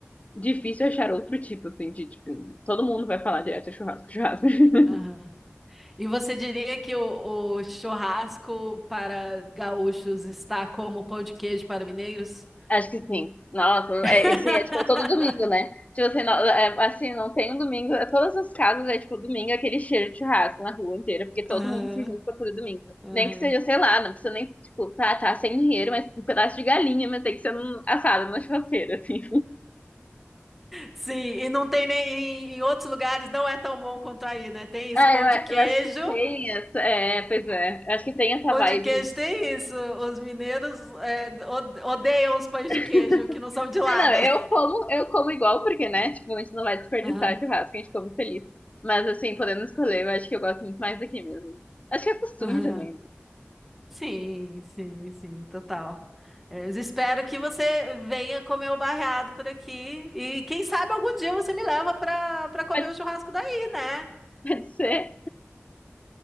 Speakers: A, on the left; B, in the centre.
A: difícil achar outro tipo, assim, de tipo, todo mundo vai falar direto é churrasco, churrasco. <laughs>
B: Aham. E você diria que o, o churrasco para gaúchos está como o pão de queijo para mineiros?
A: Acho que sim. Nossa, é,
B: <laughs>
A: assim, é tipo todo domingo, né? Tipo assim, não, é, assim, não tem um domingo. Todas as casas é tipo domingo, é aquele cheiro de churrasco na rua inteira, porque todo
B: Aham,
A: mundo se junta todo domingo.
B: aham.
A: Nem que seja, sei lá, não precisa nem, tipo, tá, tá sem dinheiro, mas um pedaço de galinha, mas tem que ser um assado na churrasqueira, assim.
B: Sim, e não tem nem em, em outros lugares não é tão bom quanto aí, né? Tem isso,
A: Ah,
B: pão
A: eu, a-
B: de queijo,
A: eu acho que tem essa. É, pois é. Eu acho que tem essa
B: pão
A: vibe.
B: de queijo tem isso. Os mineiros é, od- odeiam os pães
A: <laughs>
B: de queijo que não são de lá,
A: Ah, não,
B: né?
A: eu como, eu como igual, porque, né? Tipo, a gente não vai desperdiçar
B: Aham,
A: churrasco, a gente come feliz. Mas, assim, podendo escolher, eu acho que eu gosto muito mais daqui mesmo. Acho que é costume
B: aham.
A: também.
B: Sim, sim, sim, total. É, Eu espero que você venha comer o barreado por aqui e quem sabe algum dia você me leva para para comer
A: Pode,
B: o churrasco daí, né?
A: pode ser.